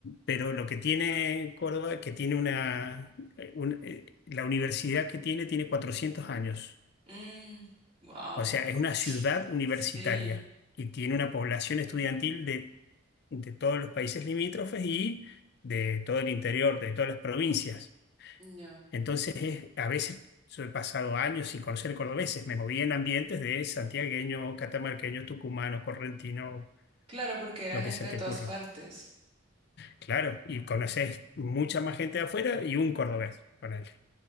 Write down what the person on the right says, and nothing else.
Mm, wow.
Sí,
ya.
Claro, porque era
gente
de
todas
partes.